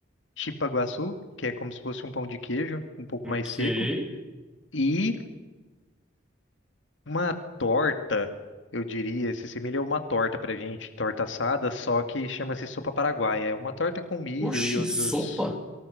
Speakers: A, on the left (about 75°); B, in the centre.
A: chipa guaçu, que é como se fosse um pão de queijo, um pouco
B: ok.
A: mais seco, e Uma torta, eu diria, se assemelha a uma torta pra gente, torta assada, só que chama-se sopa paraguaia. É uma torta com milho
B: Oxi,
A: e outros.
B: sopa?